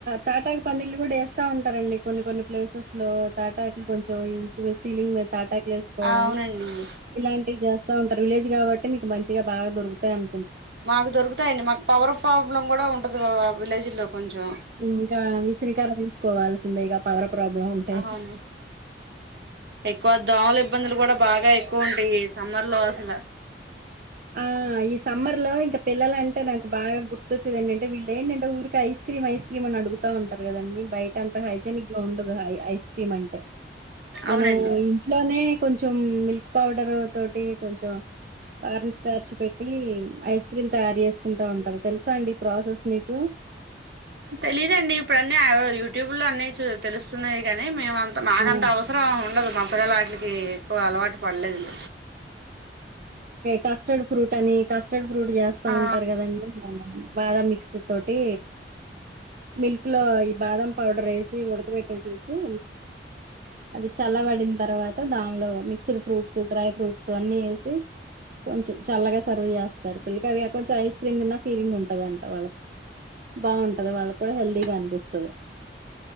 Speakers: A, on the right; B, on the right.
A: తాటాక్ పందిళ్లు కూడా వేస్తా ఉంటారండి కొన్ని కొన్ని ప్లేసెస్ లో తాటాకులు కొంచెం సీలింగ్ మీద తాటాక్ వెసుకోవడం
B: అవునండి
A: ఇలాంటివి చేస్తా ఉ సర్ విలేజ్ కాబట్టి మీకు మంచిగా బాగా దొరుకుతాయి అం
B: మాకు దొరుకుతాయండి మాకు పవర్ ప్రాబ్లం కూడా ఉం విలేజ్ లో అ విలేజ్ లో కొంచెం
A: ఇంకా విసిని ఖర తీసుకోవాల్సిందే గా పవర ప్రాబ్లం ఉంటే
B: అవును ఎక్కువ దోమల ఇబ్బందులు కూడా బాగా ఎక్కువ ఉంటాయి సమ్మర్ లో అసలు
A: ఆ ఈ సమ్మర్ లో ఇంకా పిల్లలు అంటే నాకు బాగా గుర్తొచ్చేదండి అంటే వీళ్ళు ఏంటంటే ఊరికి ఐస్ క్రీమ్ ఐస్ క్రీమ్ అని అడుగుతా ఉంటారు కదండి బయట అంత హయిజినికిగా ఉండదు హాఎ ఐస్క్రీమ్ అంటే మనం
B: అవునండి
A: ఇంట్లోనే కొంచెం మిల్క్ పౌడర్ తోటి కొంచెం కాపీస్ స్టార్చ్ పెట్టి ఐస్ క్రీమ్ తయారు చేసుకుంటా ఉంటారు తెలుసా అండి ఈ ప్రాసెస్ మీకు
B: తెలీదండి ఇప్పుడు అన్నీ యూట్యూబ్ లో అన్ని చు తెలుస్తున్నాయి కద మేమంత మాకంత
A: ఆ
B: అవసరం ఎమ్ ఉండదు మా పిల్లల ఆటలకి ఎక్కువ అలవాటు పలేలేదు
A: కాస్టర్డ్ ఫ్రూట్ అని కాస్ట్ కాస్టర్డ్ ఫ్రూట్ చేస్తా
B: ఆ
A: ఉంటారు కదండి బాదం మిక్సీ తోటి మిల్క్ లో ఈ బాదం పౌడర్ వేసి ఉడకబెట్టటి వేసేసి అది చల్లబడిన తర్వాత దానిలోిక్ మిక్స్డ్ ఫ్రూట్స్ డ్రై ఫ్రూట్స్ అన్ని వేసి కొంచెం చల్లగా సర్వ్ చేస్తారు పిల్లకి అవి కొంచెం ఐస్ క్రీమ్ తిన్న ఫీలింగ్ ఉంటదంట వాళ్ళకి బాగుంటది వాళ్ళకి కూడా హెల్దీగా అనిపిస్తుంది